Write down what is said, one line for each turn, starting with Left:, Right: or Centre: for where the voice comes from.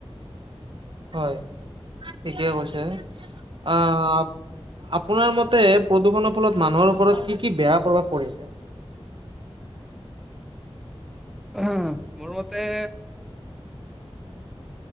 Right: হয় ঠিকে কৈছে আহ আপোনাৰ মতে প্ৰদূষণৰ ফলত মানুহৰ ওপৰত কি কি বেয়া প্ৰভাৱ পৰিছে?
Centre: উম মোৰ মতে